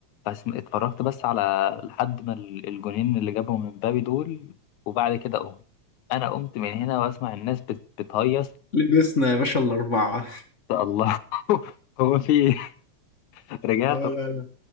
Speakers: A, on the left; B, on the left.
A: بس اتفرجت بس على لحد ما ال- الجونين اللي جابهم من مبابي دول وبعد كده قمت انا قمت من هنا واسمع الناس بت- بتهيص
B: لبسنا يا باشا الاربعة
A: يا الله <laughs> هو في إيه؟ رجعت
B: اه لا لا